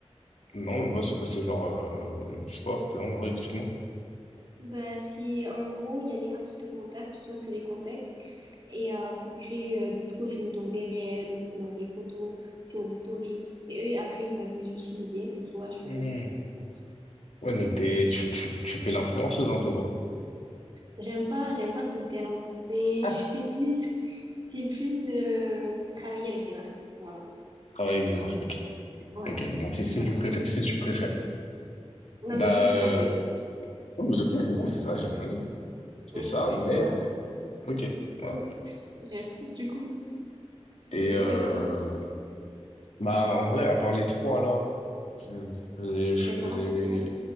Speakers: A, on the left (about 85°); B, on the right (about 45°).
A: Non, mais moi c'est quoi? C'est genre, euh, je sais pas, genre, en vrai, explique-moi.
B: Bah c'est en gros, il y a des marques qui te contactent, soit tu les contactes, et euh, pour créer euh, du contenu, donc des réels, ou sinon des photos, ou sinon des stories, et eux après ils peuvent les utiliser, ou soit je
A: Mm.
B: fais des partenariats.
A: Ouais, donc t'es,
B: Mm.
A: tu, tu, tu fais l'influenceuse un peu, quoi.
B: J'aime pas, j'aime pas ce terme, mais
A: <laughs>
B: je sais plus, c'est plus euh, travailler avec des marques, voilà.
A: Travailler avec des marques, ok.
B: Ouais.
A: Ok, bon, ok, si
B: Voilà.
A: tu préfères, si tu préfères.
B: Non,
A: Bah,
B: mais c'est ça,
A: euh,
B: en fait.
A: oh, mais ok, c'est bon, c'est ça, j'ai rien dit. C'est
B: Ok.
A: ça, mais
B: Ouais.
A: ok, voilà.
B: Mm. Bref, du coup.
A: Et
B: Et
A: euh,
B: tu fais quoi d'autre?
A: bah en vrai, à part les trois là, je faisais, je
B: Ben, ça
A: faisais...
B: va, c'est pas mal.